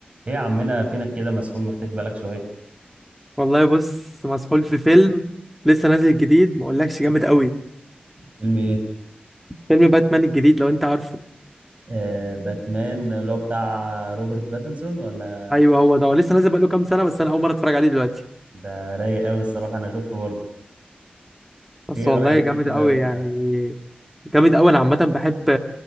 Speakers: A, on the right; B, in the centre.
A: ايه يا عمنا فينك كده مسحول مختفي بالك شويه
B: والله بص مسحول في فيلم لسه نازل جديد ما اقولكش جامد قوي
A: فيلم ايه؟
B: فيلم باتمان الجديد لو انت عارفه
A: آه باتمان اللي هو بتاع روبرت باتنسون ولا
B: ايوه هو ده هو لسه نازل بقاله كام سنه بس انا اول مره اتفرج عليه دلوقتي
A: ده رايق قوي الصراحه انا شفته برضه
B: بس
A: ايه
B: والله
A: رايك فيه
B: جامد
A: كده
B: قوي
A: ولا
B: يعني جامد قوي انا عامه بحب